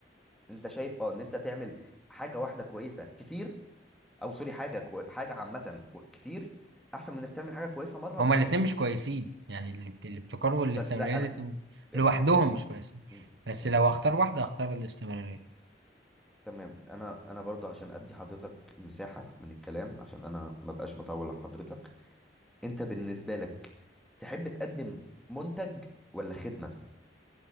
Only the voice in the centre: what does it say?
انت شايف اه ان انت تعمل حاجه واحده كويسه كتير او سوري حاجه كوي... حاجه عامه كو... كتير احسن من انك تعمل حاجه كويسه مره
وخلاص
بس لا
انا جميل
جميل
مم.
مم.
تمام انا انا برضو عشان ادي حضرتك مساحه من الكلام عشان انا ما بقاش بطول على حضرتك انت بالنسبه لك تحب تقدم منتج ولا خدمه